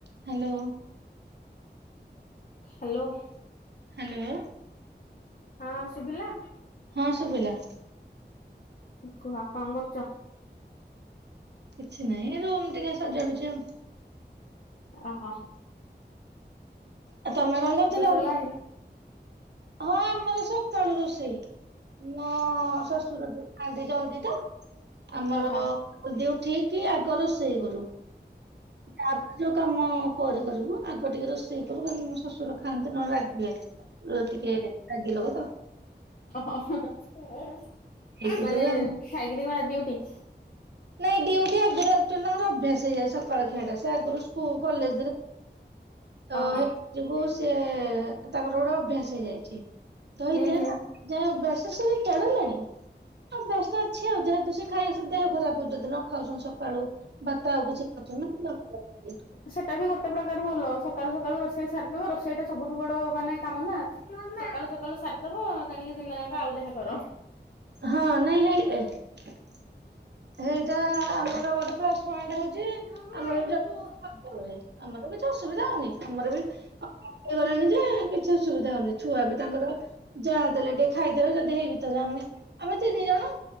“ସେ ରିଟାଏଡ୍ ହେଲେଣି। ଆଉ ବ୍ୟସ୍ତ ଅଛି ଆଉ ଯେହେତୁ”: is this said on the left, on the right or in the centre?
Right